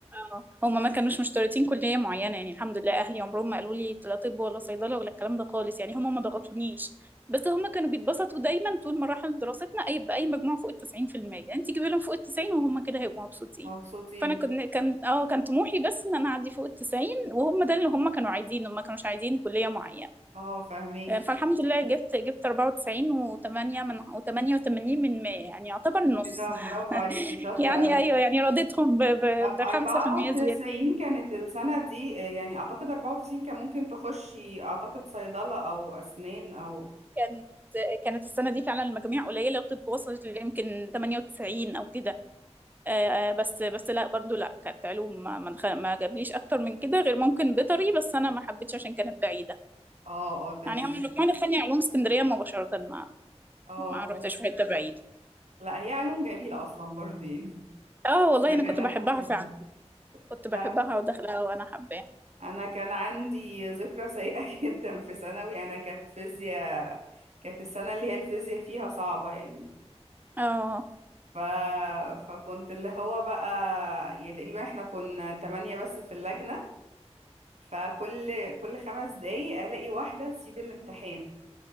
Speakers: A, on the right; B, on the right.
A: اه هما ما كانوش مشترطين كلية معينة يعني الحمد لله أهلي عمرهم ما قالوا لي لا طب ولا صيدلة ولا الكلام ده خالص يعني هما ما ضغطونيش بس هما كانوا بيتبسطوا دايما طول مراحل دراستنا أي بأي مجموع فوق التسعين في المية أنت جيبي لهم فوق التسعين وهم كده هيبقوا مبسوطين
B: مبسوطين
A: فأنا كان كان اه كان طموحي بس إن أنا أعدي فوق التسعين وهم ده اللي هم كانوا عايزينه ما كانوش عايزين كلية معينة
B: اه فاهميك
A: آه، فالحمد لله جبت جبت 94 و8 من و88 من 100 يعني يعتبر النص
B: كده
A: <laughs>
B: برافو عليكي شاطرة
A: يعني
B: أوي
A: أيوه يعني رضيتهم
B: طب
A: ب
B: 94
A: 5%
B: كانت السنة دي آه، يعني أعتقد 94 كان ممكن تخشي أعتقد صيدلة أو أسنان أو
A: كانت كانت السنة دي فعلا المجاميع قليلة وطب وصلت يمكن 98 أو كده آه، بس بس لا برضو لا كانت علوم ما ما, دخل ما جابليش أكتر من كده غير ممكن بيطري بس أنا ما حبيتش عشان كانت بعيدة
B: اه اه تمام
A: يعني هم الرقم دخلني علوم اسكندرية مباشرة ما
B: اه
A: ما
B: طب
A: رحتش في حتة بعيدة
B: لا هي علوم جميلة أصلا برضه يعني
A: اه
B: <laughs>
A: والله
B: مجالاتها
A: أنا كنت بحبها
B: الحلوة
A: فعلا كنت بحبها
B: لا
A: وداخلها وأنا حباها
B: أنا كان عندي ذكرى سيئة <laughs> جدا في ثانوي أنا كانت فيزياء كانت السنة اللي هي الفيزياء فيها صعبة يعني
A: اه
B: ف... فكنت اللي هو بقى يعني تقريبا احنا كنا تمانية بس في اللجنة فكل كل خمس دقايق الاقي واحده تسيب الامتحان